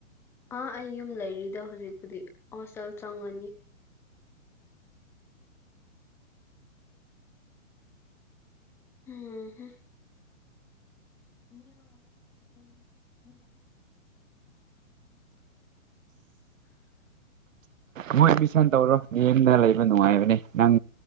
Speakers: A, in the centre; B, on the right (about 70°).
A: ꯑꯥ ꯑꯩ ꯌꯨꯝ ꯂꯩꯔꯤꯗ ꯍꯧꯖꯤꯛꯄꯨꯗꯤ ꯍꯣꯁꯇꯦꯜ ꯆꯪꯉꯅꯤ ꯍꯨꯝ ꯍꯨꯝ <unintelligible>
B: ꯃꯣꯏ ꯑꯦꯗꯃꯤꯁꯟ ꯇꯧꯔꯣ ꯃꯤꯌꯦꯝꯗ ꯂꯩꯕ ꯅꯨꯡꯉꯥꯏꯕꯅꯦ ꯅꯪ